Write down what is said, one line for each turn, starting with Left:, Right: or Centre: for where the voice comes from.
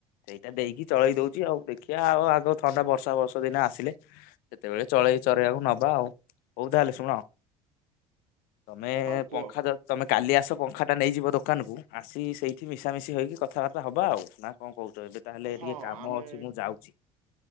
Left: ସେଇଟା ଦେଇକି ଚଳେଇ ଦଉଛି ଆଉ ଦେଖିବା ଆଉ ଆଗ ଥଣ୍ଡା ବର୍ଷା ବର୍ଷା ଦିନ ଆସିଲେ। ସେତେବେଳେ ଚଳେଇ ଚରେଇବାକୁ ନବା ଆଉ ହଉ ତାହେଲେ ଶୁଣ। ତମେ
Right: ହଁ କୁହ
Left: ପଙ୍ଖା ତମେ କାଲି ଆସ ପଙ୍ଖାଟା ନେଇଯିବ ଦୋକାନକୁ ଆସି ସେଇଠି ମିଶାମିଶି ହୋଇକି କଥାବାର୍ତ୍ତା ହେବା ଆଉ ନା କଣ କହୁଛ ଏବେ। ତାହେଲେ
Right: ହଁ
Left: ଟିକେ କାମ
Right: ଆମେ
Left: ଅଛି ମୁଁ ଯାଉଛି।